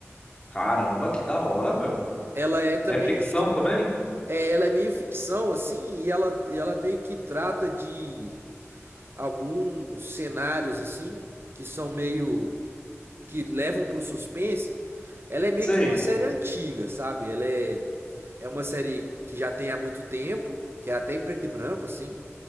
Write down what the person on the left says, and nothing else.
Caramba, que da hora, meu.
É ficção
também?
Sei.